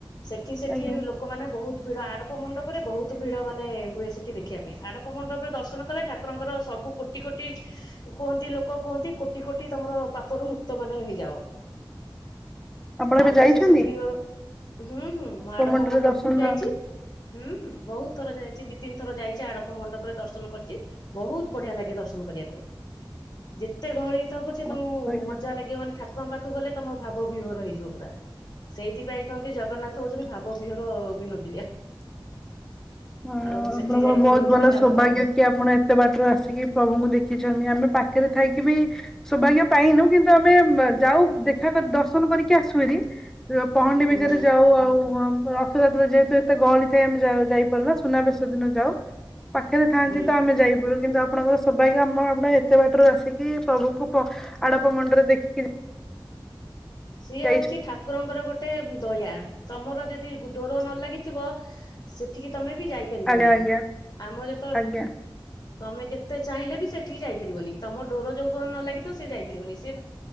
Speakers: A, on the left; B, in the centre.
A: ସେଠି ସେଠି
B: ଆଜ୍ଞା
A: ଲୋକମାନେେ ବହୁତ ଭିଡ ଆଡପ ଆଡ଼ପ ମଣ୍ଡପରେ ବହୁତ ଭିଡ଼ ମାନେ ହୁଏ ସେଠି ଦେଖିବା ପାଇଁ। ଆଡପ ମଣ୍ଡପରେ ଦର୍ଶନ କଲେ ଠାରଙ୍କର ସବୁ କୋଟି କୋଟି କୁହନ୍ତି ଲୋକ କୁହନ୍ତି କୋଟି କୋଟି ତମର ପାପରୁ ମୁକ୍ତ ମାନେ ହେଇଯାଅ।
B: ଆମ
A: ତାପରେ
B: ଘରେ ଯାଇଛନ୍ତି।
A: ସେ ସେଠି ହୁଁ ହୁଁ ମୁଁ ଆଡପ
B: ମଣ୍ଡରେ
A: ମଣ୍ଡପକୁୁ
B: ଦର୍ଶନ
A: ଯାଇଚି।
B: ଦେବା
A: ହୁଁ ହୁଁ ବହୁତ ଥର ଯାଇଚି ଦି ଦି ତିିନିଥର ଯାଇଛି ଆଡପ ମଣ୍ଡପରେ ଦର୍ଶନ କରିଛି ବହୁତ ବଢିଆ ଲାଗେ ଦର୍ଶ ର୍ଶନ କରିବାକୁ ଯେତେ ଗହଳି ହେଇଥାଉ ପଛେ
B: ପାଇଁ
A: ତମକୁ
B: ଆଜ୍ଞା
A: ମଜା ଲାଗିବ ମାନେ ଠାକୁରଙ୍କ ପାଖକୁ ପାଖକୁ ଗଲେ ତମ ଭାବ ବିଭୋର ହେଇଯିବ ପୁରା। ସେଇଥିପାଇଁ କହନ୍ତି ଜଗନ୍ନାଥ ହଉଚନ୍ତି ଭାବ ବିହୋର ବିନୋଦିନିଆ।
B: <inaudible> ହ ଆପଣଙ୍କର
A: ଆଉ ସେଠି ଯାଇକି
B: ବହୁତ
A: ଦେଖି
B: ଭଲ
A: ତାପରେ
B: ସୌଭାଗ୍ୟ
A: ପାଞ୍ଚ
B: କି ଆପଣ ଏତେ ବାଟ ରୁ ଆସିକି ପ୍ରଭୁଙ୍କୁ ଦେଖି ଦେଖିଛନ୍ତି ଆମେ ପାଖରେ ଥାଇକିବି ସୌଭାଗ୍ୟ ପାଇନୁ। କିନ୍ତୁ ଆମେ ଯାଉ ଦେଖା ଦର୍ଶନ କରିକି ଆସୁ ହେରି। ପହଣ୍ଡି
A: ହୁଁ
B: ବିଜେରେ ଯାଉ। ଆଉ ରଥଯାତ୍ରାରେ ଯେହେତୁ ଏତେ ଗହଳି ଥାଏ ଆମେ ଯା ଯାଇ ପାରୁନା ସୁନାବେଶ ଦିନ ଯାଉ। ପାଖରେ ଥାନ୍ତି
A: ହୁଁ।
B: ତ ଆମେ ଯାଇପାରୁ କିନ୍ତୁ ଆପଣଙ୍କର ସୌଭାଗ୍ୟ ଆମ ଆପଣ ଏତେ ବାଟରୁ ଆସିକି ପ୍ରଭୁଙ୍କୁ ଆଡପ ମୁଣ୍ଡରେ ଦେଖିକି
A: ସିଏ
B: ଯାଇଛନ୍ତି
A: ହଉଛି ଠାକୁରଙ୍କର ଗୋଟେ ଦୟା। ତମର ଯଦି ଡୋରନ ଲାଗିଥିବ ସେଠିକି ତମେ ବି ଯାଇପାରିବନେଇ।
B: ଆଜ୍ଞା ଆଜ୍ଞା
A: ଆମର ଯେତେ
B: ଆଜ୍ଞା
A: ତମେ ଯେତେ ଚାହିଁଲେ ବି ସେଠିକି ଯାଇପାରିବନି। ତମ ଡୋର ଯୋଉପଅନ୍ତ ନ ଲାଗିଥିବ ସେ ଯାଇପାରିବନି ସେ